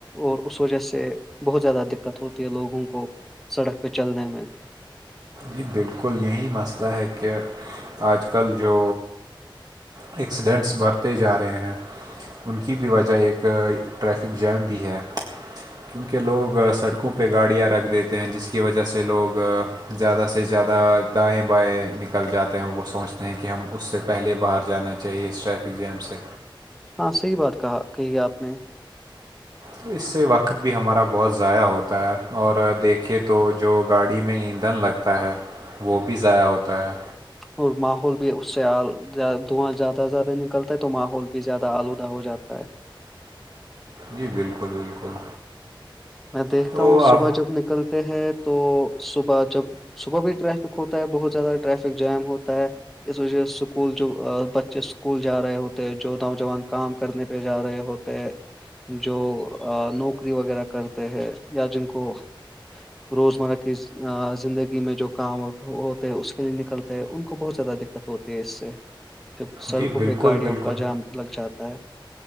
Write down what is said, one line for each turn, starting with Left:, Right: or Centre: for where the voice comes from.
Centre: اور اس وجہ سے بہت زیادہ دق دقت ہوتی ہے لوگوں کو سڑک پہ چلنے میں
Right: جی بالکل یہی مسئلہ ہے کہ آج کل جو ایکسیڈنٹس بڑھتے جا رہے ہیں ان کی بھی وجہ ایک ٹریفک جیم بھی ہے کیونکہ لوگ سڑکوں پہ گاڑیاں رکھ دیتے ہیں جس کی وجہ سے لوگ زیادہ سے زیادہ دائیں بائیں نکل جاتے ہیں وہ سوچتے ہیں کہ ہم اس سے پہلے باہر جانا چاہیے اسس ٹریفک جیم سے
Centre: ہاں صحیح بات کہا کہی ہے آپ نے
Right: تو اس سے وقت بھی ہمارا بہت ضائع ہوتا ہے اور دیکھے تو جو گاڑی میں ایندھن لگ ت ہے وہ بھی ضائع ہوتا ہے
Centre: اور ماحول بھی اس سے دھواں زیادہ زیادہ نکلتا ہے تو ماحول بھی زیادہ آلودہ ہو جاتا ہے
Right: جی بالکل بالکل
Centre: میں دیکھتا
Right: تو
Centre: ہوں
Right: آپ
Centre: صبح جب نکل تو صبح جب صبح بھی ٹریفک ہوتا ہے بہت زیادہ ٹریفک جم ہوتا ہے اس وجہ سے اسکول جو بچے اسکول جا رہے ہوتے جو نوجوان کام کرنے پہ جا رہے ہوتے جو نوکری وغیرہ کرتے ہیں یا جن کو روزمرہ کی زندگی میں جو کام ہوتے ہے اس کے لیے نکلتے ہیں ان کو بہت زیادہ د دقت ہوتی ہے اس سے جب سڑکوں
Right: جی بالکل
Centre: پہ گاڑیوں
Right: بالکل
Centre: کا جام لگ جاتا ہے